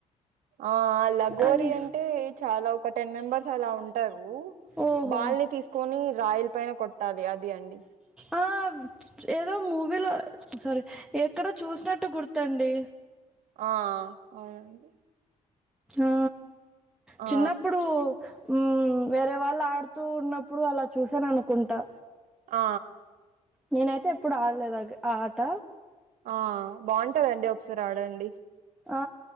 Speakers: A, on the right; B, in the centre.
A: ఆ లగోర
B: అది
A: అంటే చాలా ఒక టెన్ మెంబర్స్ అలా ఉంటారు
B: ఓహో
A: బాల్ని తీసుకుని రాయిల పైన కొట్టాలి అది అండి
B: ఆ ఏదో మూవీలో సారీ ఎక్కడో చూసినట్టు గుర్తండి
A: ఆ అవునండి
B: ఆ
A: ఆ
B: చిన్నప్పుడు మ్మ్ వేరే వాళ్ళు ఆడుతూ ఉన్నప్పుడు అలా చూసాను అనుకుంటా
A: ఆ
B: నేనైతే ఎప్పుడు ఆడలేదు గ ఆట
A: ఆ బావుంటదండి సారి ఆడండి
B: ఆ